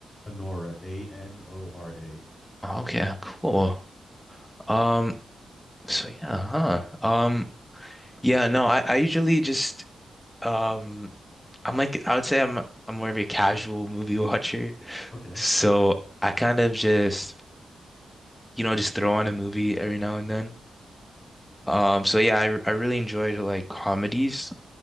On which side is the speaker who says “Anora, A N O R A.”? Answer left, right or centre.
Left